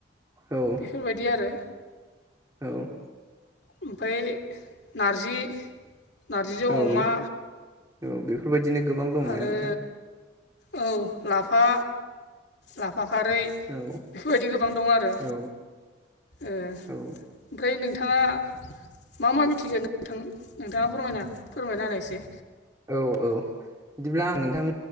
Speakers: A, on the right; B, on the left.
A: औ
B: बेफोरबायदि आरो
A: औ
B: ओमफ्राय नार्जि नारजिजों
A: औ
B: अमा
A: औ बेफोरबायदिनो गोबां दं
B: आरो
A: ना नोंथां
B: औ लाफा लाफा खारै
A: औ
B: बेफोरबायदि गोबां दं आरो
A: औ
B: ओमफ्राय
A: औ
B: नोंथाङा मा मा मिथिगोन नोंथां नोंथाङा फोरमायना फोरमायना होनाय एसे
A: औ औ बिदिब्ला आं नोंथां